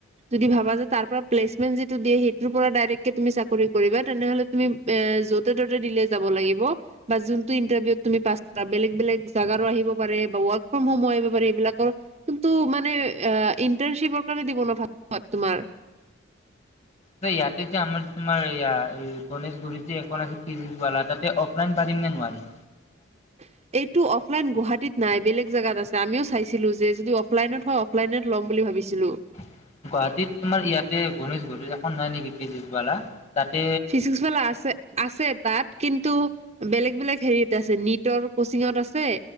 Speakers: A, on the right; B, on the left.
A: যদি ভাবা যে তাৰ পৰা প্লেচমেন্ট যিটো দিয়ে সেইটোৰ পৰা ডাইৰে তুমি চাকৰি কৰিবা তেনেহলে তুমি এ যতে মতে দিলে যাব লাগিব বা জোনতো ইণ্টাৰভিউত তুমি পাছ কৰা বেলেগ - বেলেগ জেগাৰো আহিব পাৰে। ফ্ৰম হম হয় বাৰে এইবিলাকৰ কিন্তু মানে ইন্টাৰ্ণশ্বিপৰ কাৰণে দিব ন ভাল তোমাৰ।
B: যে ইয়াতে যে আমাৰ যে তোমাৰ এয়া এই গণেশগুৰিত যি এখন আছিলা তাতে অফলাইন পাতিম নে নোৱাৰিম।
A: উম, এইটো অফলাইন গুৱাহাটীত নাই বেলেগ জাগগাত আছে আমিও চাইছিলো যে যদি অফলাইনত হয় অফলাইনত ল'ম বুলি ভাবিছিলো।
B: গুৱাহাটীত তোমাৰ ইয়াতে গণেশগুৰিত এখন নাই নেকি ফিজিক্সৱালা। তাতে
A: ফিজিক্সৱালা আছে - আছে। তাত কিন্তু বেলেগ - বেলেগ হেৰিত আছে নিটৰ কচিঙত আছে